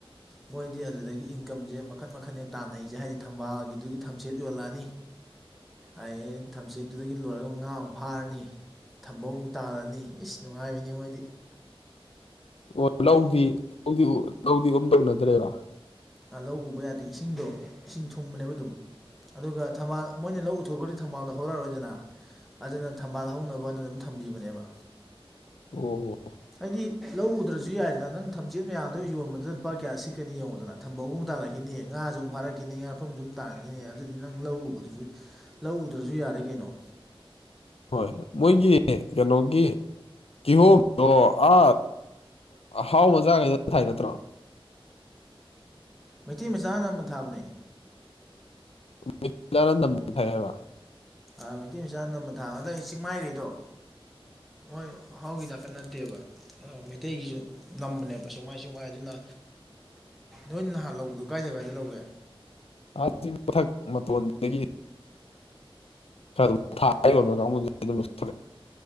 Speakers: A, in the centre; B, on the left.
A: ꯃꯣꯏꯗꯤ ꯑꯗꯨꯗꯒꯤꯏꯟ ꯏꯟꯀꯝꯁꯦ ꯃꯈꯟ ꯃꯈꯟ ꯇꯥꯟꯅꯩꯁꯦ ꯍꯥꯏꯗꯤ ꯊꯝꯕꯥꯜꯒꯤꯗꯨꯒꯤ ꯊꯝꯆꯦꯠ ꯌꯣꯜꯂꯛꯑꯅꯤ ꯑꯩ ꯊꯝꯆꯦꯠꯇꯨꯗꯒꯤ ꯂꯣꯏꯔꯒ ꯉꯥꯃꯨꯛ ꯐꯥꯔꯅꯤ ꯊꯝꯕꯧ ꯑꯃꯨꯛ ꯇꯥꯜꯂꯅꯤ ꯏꯁ ꯅꯨꯡꯉꯥꯏꯕꯤꯅꯤ ꯃꯣꯏꯗꯤ
B: ꯑꯣ ꯂꯧꯗꯤ ꯂꯧꯗꯤ ꯂꯧꯗꯤꯑꯝꯇ ꯎꯅꯗ꯭ꯔꯦꯕ
A: ꯑꯥ ꯂꯧ ꯎꯕ ꯌꯥꯗꯦ ꯏꯁꯤꯡꯗꯣ ꯏꯁꯤꯡ ꯊꯨꯡꯕꯅꯦꯕ ꯑꯗꯨꯝ ꯑꯗꯨꯒ ꯊꯝꯕꯥꯜ ꯃꯣꯏꯅ ꯂꯧ ꯎꯊꯣꯛꯈ꯭ꯔꯗꯤ ꯊꯝꯕꯥꯜꯗꯣ ꯍꯧꯔꯛꯑꯔꯣꯏꯗꯅ ꯑꯗꯨꯅ ꯊꯝꯕꯥꯜ ꯍꯧꯅꯕꯅ ꯑꯗꯨꯝ ꯊꯝꯕꯤꯕꯅꯦꯕ
B: ꯑꯣ
A: ꯍꯥꯏꯗꯤ ꯂꯧ ꯎꯗ꯭ꯔꯁꯨ ꯌꯥꯏꯗꯅ ꯅꯪ ꯊꯝꯆꯦꯠ ꯃꯌꯥꯝꯗꯣ ꯌꯣꯟꯕꯗ ꯂꯨꯄꯥ ꯀꯌꯥ ꯁꯤꯠꯀꯅꯤ ꯌꯦꯡꯉꯣꯗꯅ ꯊꯝ ꯕꯧꯑꯃꯨꯛ ꯇꯥꯜꯂꯛꯈꯤꯅꯤ ꯉꯥꯁꯨ ꯑꯃꯨꯛ ꯐꯥꯔꯛꯈꯤꯅꯤ ꯉꯥꯄꯔꯨꯝꯁꯨ ꯇꯥꯟꯈꯤꯅꯤ ꯑꯗꯨꯗꯤ ꯅꯪ ꯂꯧ ꯎꯕꯗꯨꯁꯨ ꯂꯧ ꯎꯗ꯭ꯔꯁꯨ ꯌꯥꯔꯦ ꯀꯩꯅꯣ
B: ꯍꯣꯏ ꯃꯣꯏꯒꯤ ꯀꯩꯅꯣꯒꯤ ꯀꯤꯍꯣꯝꯗꯣ ꯑ ꯍꯥꯎꯕ ꯆꯥꯒꯦꯅ ꯊꯥꯔꯤꯅꯠꯇ꯭ꯔꯣ
A: ꯃꯩꯇꯩ ꯃꯆꯥꯅꯑꯅꯝꯕ ꯊꯥꯕꯅꯤ
B: <unintelligible> ꯅꯝꯅ ꯊꯥꯏ ꯍꯥꯏꯕ
A: ꯑꯥ ꯃꯩꯇꯩ ꯃꯆꯥꯅ ꯅꯝꯅ ꯊꯥꯃꯤ ꯑꯗꯥꯏ ꯆꯤꯡꯃꯥꯏꯈꯩꯗꯣ ꯃꯣꯏ ꯍꯥꯎꯒꯤ ꯅꯥꯛꯇ ꯅꯠꯇꯦꯕ ꯃꯩꯇꯩꯒꯤꯁꯨ ꯅꯝꯕꯅꯦꯕ ꯆꯤꯡꯃꯥꯏ ꯆꯤꯡꯃꯥꯏ ꯑꯗꯨꯅ ꯅꯣꯏ ꯅꯍꯥꯟ ꯂꯧꯕꯗꯣ ꯀꯥꯏ ꯖꯒꯗꯒꯤ ꯂꯧꯒꯦ
B: ꯑ ꯆꯤꯡ ꯃꯊꯛ ꯃꯇꯣꯟꯗꯒꯤ ꯈꯔꯥ ꯑꯗꯨꯝ ꯊꯥꯔ ꯌꯣꯟꯕ ꯀꯥꯡꯕꯨꯗꯒꯤ <unintelligible>